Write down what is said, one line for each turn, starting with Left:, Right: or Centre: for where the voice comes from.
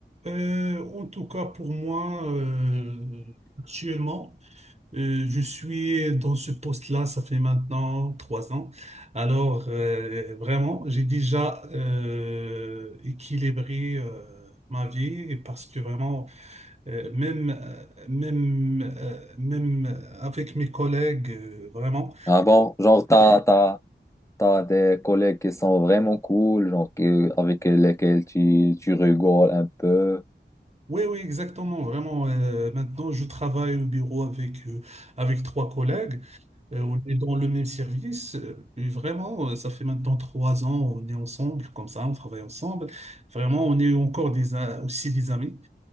Right: Euh, en tout cas, pour moi, euh, actuellement, Euh, je suis dans ce poste-là, ça fait maintenant trois ans. Alors, euh, vraiment, j'ai déjà euh, équilibré euh, ma vie parce que vraiment, euh, même, euh, même, euh, même avec mes collègues, euh, vraiment,
Left: ah bon genre, t'as, t'as, t'as des collègues qui sont vraiment cool, genre, que- avec lesquels tu, tu rigoles un peu.
Right: Oui, oui, exactement. Vraiment, euh, maintenant, je travaille au bureau avec, euh, avec trois collègues. Euh, on est dans le même service. euh, et vraiment, euh, ça fait maintenant trois ans, on est ensemble, comme ça, on travaille ensemble. Vraiment, on est encore des, a- aussi des amis.